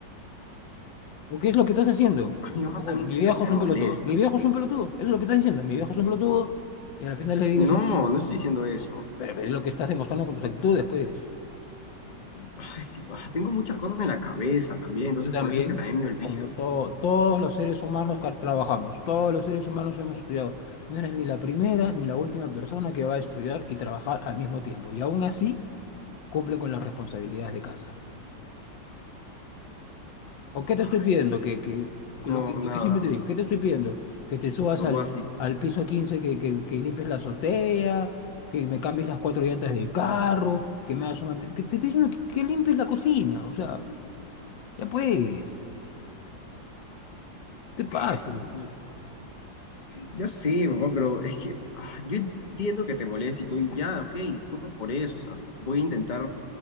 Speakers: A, on the left (about 80°); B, on the left (about 25°).
A: ¿O ¿Qué es lo que estás haciendo?
B: a mi mamá
A: Puta,
B: también
A: mi
B: que está
A: viejo
B: que me
A: es un
B: molesta.
A: pelotudo. Mi viejo es un pelotudo. Eso es lo que estás diciendo. Mi viejo es un pelotudo y a la final le digo
B: No,
A: siempre...
B: no estoy diciendo eso.
A: Pero, pero es lo que estás demostrando con tus actitudes, pues.
B: Ay, es que, ah, tengo muchas cosas en la cabeza también,
A: Y
B: entonces
A: tú también,
B: por eso es que también me olvido.
A: como to- todos los seres humanos que trabajamos, todos los seres humanos hemos estudiado. No eres ni la primera ni la última persona que va a estudiar y trabajar al mismo tiempo. Y aún así, cumple con las responsabilidades de casa. ¿O qué
B: Ay,
A: te estoy pidiendo?
B: sí.
A: Que, que,
B: No,
A: que lo que,
B: nada,
A: lo que siempre
B: no
A: te digo,
B: está-
A: ¿qué te estoy pidiendo? Que te subas
B: lo
A: al,
B: básico.
A: al piso 15, que, que, que limpies la azotea, que me cambies las cuatro llantas del carro, que me hagas un... mante- Que te estoy diciendo que, que limpies la cocina, o sea, ya puedes, te pases.
B: Ay, Dios mío. Ya sé, papá, pero es que ah, yo entiendo que te moleste y todo, y ya, ok, disculpa por eso, o sea, voy a intentar